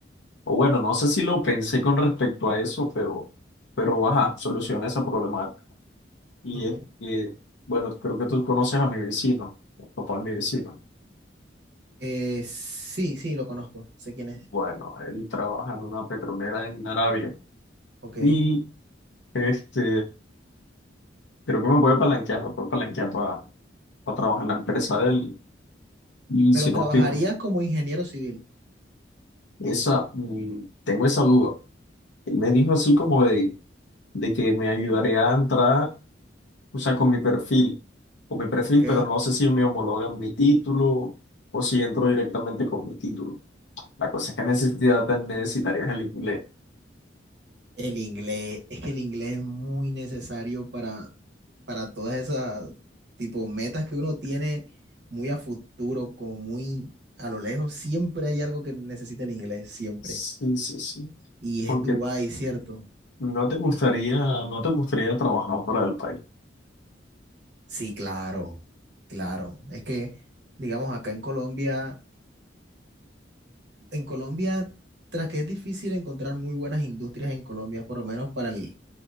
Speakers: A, on the left; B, on the right.
A: o bueno, no sé si lo pensé con respecto a eso, pero, pero ajá, soluciona esa problemática. Y
B: ujú.
A: es que, bueno, creo que tú conoces a mi vecino, el papá de mi vecino.
B: Eh, sí, sí, lo conozco. Sé quién es.
A: Bueno, él trabaja en una petrolera en Arabia.
B: Ok.
A: Y este Creo que me voy a palanquear, me puedo palanquear para, para trabajar en la empresa de él. Y
B: Pero
A: si
B: trabajarías
A: no estoy,
B: como ingeniero civil,
A: esa, mm, tengo esa duda. Él me dijo así como de, de que me ayudaría a entrar, o sea, con mi perfil, con mi perfil,
B: ¿ok?
A: pero no sé si me homologan mi título o si entro directamente con mi título. La cosa es que necesitaría, necesitarías el inglés.
B: El inglés, es que el inglés es muy necesario para, para todas esas tipo metas que uno tiene muy a futuro, como muy a lo lejos. Siempre hay algo que necesita el inglés, siempre.
A: Sí, sí, sí.
B: Y
A: Porque
B: es Dubái, ¿cierto?
A: no te gustaría, no te gustaría trabajar fuera del país.
B: Sí, claro, claro. Es que, digamos, acá en Colombia, en Colombia, tras que es difícil encontrar muy buenas industrias en Colombia, por lo menos para el